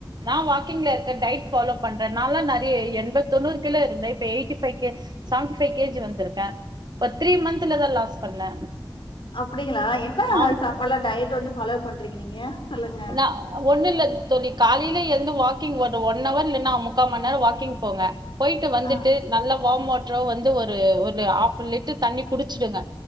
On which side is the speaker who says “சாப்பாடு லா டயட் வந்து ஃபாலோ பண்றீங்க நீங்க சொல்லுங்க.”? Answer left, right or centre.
Left